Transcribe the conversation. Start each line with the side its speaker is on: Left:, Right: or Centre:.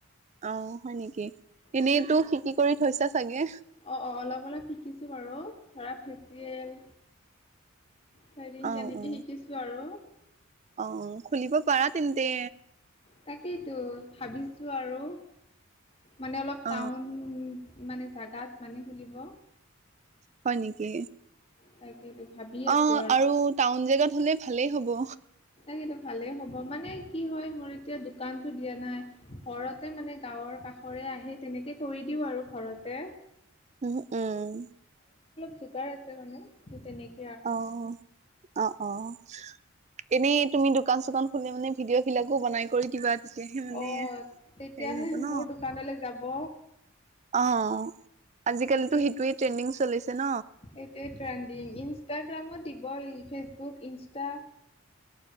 Right: অ', হয় নেকি? এনেইতো
Left: মানে শিক,
Right: শিকি কৰি থৈছা চাগে
Left: অ', অ', অলপ অলপ শিকিছো বাৰু। ধৰা ফেচিয়েল, থ্ৰেডিং
Right: অ
Left: তেনেকে
Right: অ
Left: শিকিছো আৰু।
Right: অ', খুলিব পাৰা তেন্তে।
Left: তাকেতো, ভাবিছো আৰু, মানে অলপ
Right: অ
Left: টাউন মানে জাগাত মানে খুলিব।
Right: হয় নেকি।
Left: তাকেইতো। ভাবি আছো
Right: অ', আৰু টাউন জেগাত হলে ভালেই হ'ব।
Left: <unintelligible> ভালেই হ'ব মানে কি হয় মোৰ এতিয়া দোকানতো দিয়া নাই ঘৰতে মানে গাওঁৰ কাষ ঘৰে আহে তেনেকৈ কৰি দিওঁ আৰু ঘৰতে।
Right: উম উম।
Left: চুপাৰ আছে মানে ত তেনেকৈ
Right: অ', অ', অ'। এনেই তুমি দোকান চোকান খোলে মানে ভিডিঅ বিলাকো বনাই কৰি দিবা। তেতিয়াহে মানে
Left: অ', তেতিয়াহে
Right: হেৰি হ'ব ন।
Left: মোৰ দোকানলৈ যাব।
Right: অ'। আজিকালিতো
Left: তাকে
Right: সেইটোৱে ট্ৰেণ্ডিং চলিছে ন।
Left: হত্যাই তিন্দিং ইনষ্টগ্ৰামত দিব মই ফেচবুক, ইনষ্টা।